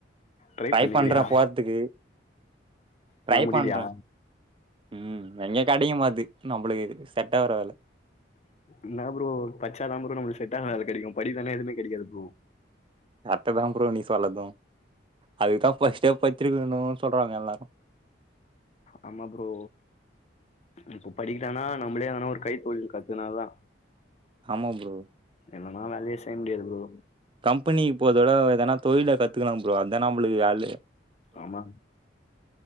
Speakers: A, on the left (about 35°); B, on the right (about 30°).
A: ட்ரை
B: டை
A: பண்ணிக்கிறியா
B: பண்றே போற்துக்கு ட்ரை
A: ஆனா முடியலையா
B: பண்றே ம் எங்க கெடைக்க மாட்து நம்மளுக்கு செட் ஆவுற வேல
A: என்னா ப்ரோ படிச்சாதா ப்ரோ நம்மளுக்கு செட்டான வேல கெடைக்கு படிக்கலனா எதுவுமே கெடைக்காது ப்ரோ
B: டதா ப்ரோ நீ சொல்லது அதுக்குதா பஸ்ட்டே பட்ச்சிருக்கணுன்னு சொல்றாங்க எல்லாரு
A: ஆமா ப்ரோ இப்ப படிக்கிட்டானா நம்மளே வேனா ஒரு கைத்தொழில் கத்துக்குனாதா
B: ஆமா ப்ரோ
A: என்னன்னா வேலையே செய்ய முடியாது ப்ரோ
B: கம்பெனிக்கு போறத விட எதனா தொழில கத்துக்கலா ப்ரோ அதா நம்பளுக்கு வேல்லு
A: ஆமா